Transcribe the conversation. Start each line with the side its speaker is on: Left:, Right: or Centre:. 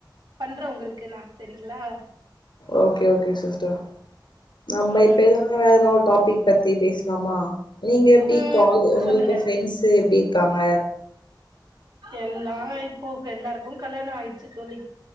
Right: பண்றே உங்களுக்கு நா சரிங்ளா
Left: ஓகே ஓகே சிஸ்டர் நம்ம
Right: ம்
Left: இப்ப
Right: ம்
Left: எதனா வேற இன்னொரு டாபிக் பத்தி பேஸ்லாமா நீங்க எப்டி
Right: ம்
Left: கால் உங்ளுக்கு
Right: சொல்லுங்க
Left: ஃப்ரெண்ட்ஸ் எப்டி இருக்காங்க
Right: எல்லா இப்போ எல்லாருக்கு கல்யாணோ ஆயிடுச்சு தோழி